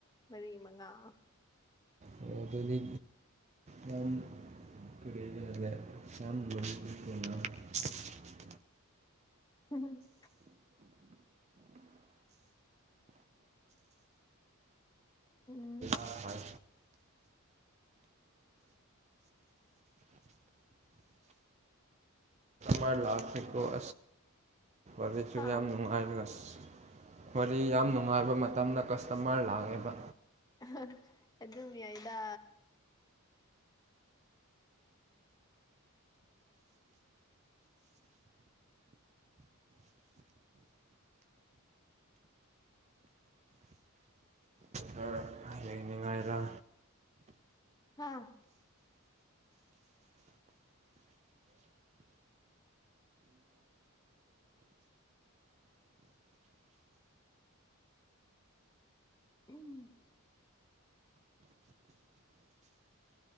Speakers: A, on the left; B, on the right.
A: ꯃꯔꯤ ꯃꯉꯥ
B: ꯑꯣꯑꯣ ꯑꯗꯨꯗꯤ ꯃꯔꯝ UNINTELLIGIBLE
A: INAUDIBLE ꯎꯪꯎꯪ
B: ꯑꯥ ꯍꯣꯏ UNINTELLIGIBLE ꯍꯧꯖꯤꯛꯁꯨ
A: ꯍꯥ
B: ꯌꯥꯝ ꯅꯨꯡꯉꯥꯏ ꯑꯁ ꯐꯔꯤꯌꯥꯝ ꯅꯨꯡꯉꯥꯏꯕ ꯃꯇꯝꯗ ꯀꯁꯇꯃꯔ ꯂꯥꯛꯑꯦꯕ
A: ꯑꯍꯥ ꯑꯗꯨ ꯌꯥꯏꯗ
B: ꯁꯥꯔ ꯌꯦꯡꯅꯤꯡꯉꯥꯏꯔ
A: ꯍꯥ ꯎꯝ